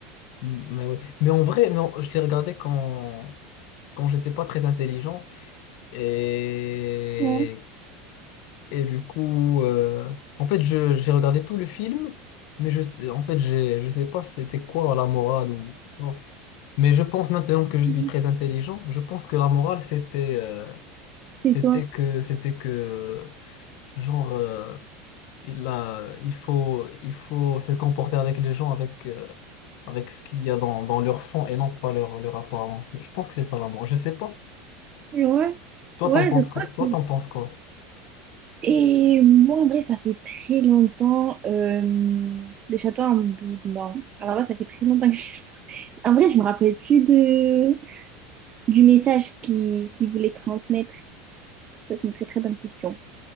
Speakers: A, on the left; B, on the right.
A: Mais, ouais. Mais en vrai, mais en- je les regardais quand, quand j'étais pas très intelligent. Et,
B: Ouais.
A: et du coup, euh, en fait, je- j'ai regardé tout le film, mais je sais, en fait, j'ai- je sais pas si c'était quoi la morale ou, tu vois. Mais je pense maintenant que je suis
B: Mhm.
A: très intelligent, je pense que la morale, c'était euh,
B: C'est
A: c'était
B: quoi?
A: que, c'était que, genre, euh, il a, il faut, il faut se comporter avec les gens avec, euh, avec ce qu'il y a dans, dans leur fond et non pas leur, leur apparence. Je pense que c'est ça l'amour. Je sais pas.
B: Ouais,
A: Toi,
B: ouais,
A: t'en penses
B: je crois
A: quoi? Toi,
B: que...
A: t'en penses quoi?
B: Et moi, en vrai, ça fait très longtemps, euh, le château en blanc Alors là, ça fait très longtemps que je En vrai, je me rappelle plus de... du message qui, qui voulait transmettre. Ça, c'est une très très bonne question.